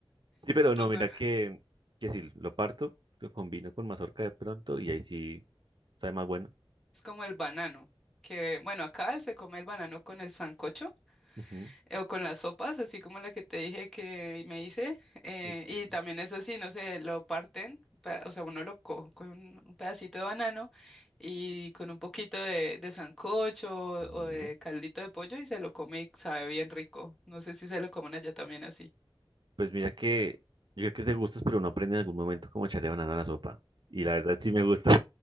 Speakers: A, on the right; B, in the centre.
A: Sí, pero no,
B: No,
A: mira
B: pero
A: que, que si lo parto, lo combino con mazorca de pronto y ahí sí sabe más bueno.
B: es como el banano, que bueno, acá él se come el banano con el sancocho
A: Ujú,
B: eh, o con las sopas, así como la que te dije que me hice. eh,
A: ujú,
B: y también es así, no sé, lo parten, pa- o sea, uno lo coge con un, un pedacito de banano y con un poquito de, de sancocho
A: ujú.
B: o, o de caldito de pollo y se lo come y sabe bien rico. No sé si se lo comen allá también así.
A: Pues mira que yo creo que es de gustos, pero uno aprende en algún momento cómo echarle banana a la sopa. Y la verdad sí me gusta.